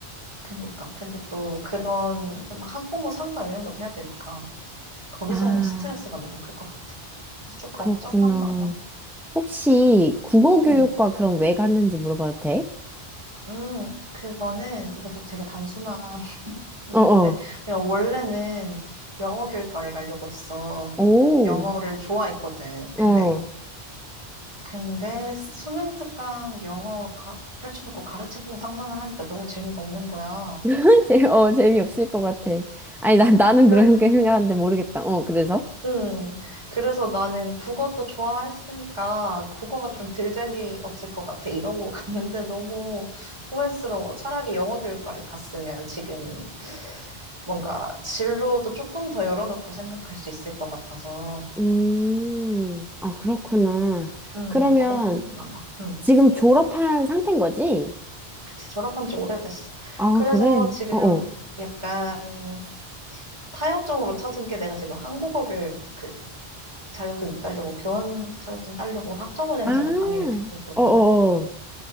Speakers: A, on the right (about 25°); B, in the centre.
A: 그니까. 근데 또 그런 막 학부모 상담 이런 것도 해야 되니까 거기서
B: 아.
A: 오는 스트레스가 너무 클 것 같아. 그래서 좀 걱정만
B: 그렇구나.
A: 많아.
B: 혹시 국어 교육과
A: 응.
B: 그럼 왜 갔는지 물어봐도 돼?
A: 음, 그거는 이것도 되게 단순한 이유인데
B: 어어,
A: 내가 원래는 영어 교육과를 가려고 했어.
B: 오,
A: 영어를 좋아했거든.
B: 어.
A: 근데 근데 수능 특강 영어 가- 펼쳐놓고 가르치는 상상을 하니까 너무 재미가 없는 거야.
B: <laughs> 재, 어, 재미없을 것 같아. 아니, 나, 나는
A: 그래,
B: 그런 게 생각하는데 모르겠다. 어, 그래서?
A: 음. 그래서 나는 국어도 좋아했으니까 국어가 좀 덜 재미없을 것 같아. 이러고 <laughs> 갔는데 너무 후회스러워. 차라리 영어 교육과를 갔으면 지금 뭔가 진로도 조금 더 열어놓고 생각할 수 있을 것 같아서.
B: 음, 아, 그렇구나.
A: 음,
B: 그러면
A: 고민이 많아. 음,
B: 지금 졸업한 상태인 거지?
A: 그치, 졸업한 지 오래됐어.
B: 아,
A: 그래서
B: 그래.
A: 지금
B: 어 어.
A: 약간 타협점으로 찾은 게 내가 지금 한국어 교육 그 자격증 따려고, 교원 자격증 따려고 학점은행제로
B: 아,
A: 강의를 듣고 있거든.
B: 어어어.